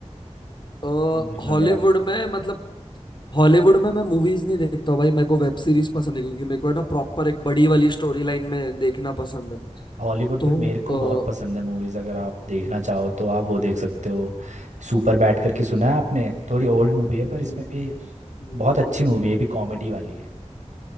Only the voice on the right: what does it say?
मूवीज़
वगैरह
हॉलीवुड
पे मेरे को
बहुत पसंद है मूवीज़ अगर आप देखना चाहो तो आप वो देख सकते हो सुपर बैड करके सुना है आपने थोड़ी ओल्ड मूवी है पर इसमें
भी
बहुत अच्छी मूवी है ये भी कॉमेडी वाली है